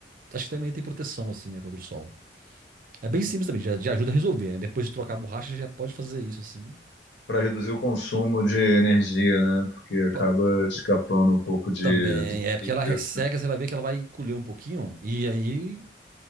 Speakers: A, on the right (about 50°); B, on the left (about 75°).
A: acho que também tem proteção assim, né, contra o sol. É bem simples também, já, já ajuda a resolver, né? Depois de trocar a borracha, já pode fazer isso assim.
B: Pra reduzir o consumo de energia, né? Porque acaba
A: Pa-
B: escapando um pouco de
A: Também,
B: do
A: é porque
B: frio.
A: ela resseca, você vai ver que ela vai encolher um pouquinho, e aí